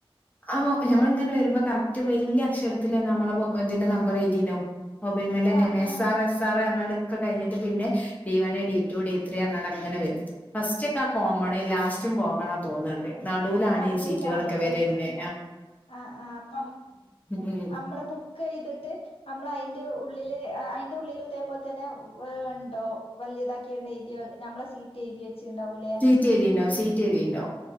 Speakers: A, on the left (about 15°); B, on the left (about 85°).
A: അയ്മോ ഞമ്മളിങ്ങനെ വരുമ്പ കറക്റ്റ് വലിയ അക്ഷരത്തില് നമ്മള ബോ ഇതിന്റെ നമ്പറ് എയ്തിണ്ടാവും മുമ്പേമേലെ
B: ആഹ്
A: നെഎസ്
B: ആഹ്
A: ആർ എസ് ആർ എന്നർഞ്ഞാണ്ട് ക്ക കഴിഞ്ഞിട്ട് പിന്നെ D one D two D three എന്നാണ്ടങ്ങനെ വരും ഫസ്റ്റ്ക്ക കോമ ലാസ്റ്റും കോമണ തോന്ന്ണ്ട് നടുവിലാണ്
B: നടൂലാണ്ല്ലേ
A: ഈ സീറ്റുകളൊക്കെ വര്ണ്ടെ
B: ആഹ് ആഹ് അപ്പ
A: ഉം
B: അമ്മള് ബുക്ക് ചെയ്തിട്ട് നമ്മള് അയിന്റ ഉള്ളില് അയിന്റെ ഉള്ളിലും ഇതേ പോലെ തന്നെ വെ ഇണ്ടോ വലിയതാക്കിയണ്ട് എയ്തി നമ്മളെ സീറ്റ് എയ്തി വെച്ചിണ്ടാവൂലേ
A: സീറ്റ് എയ്തിണ്ടാവും സിറ്റ് എയ്തിണ്ടാവും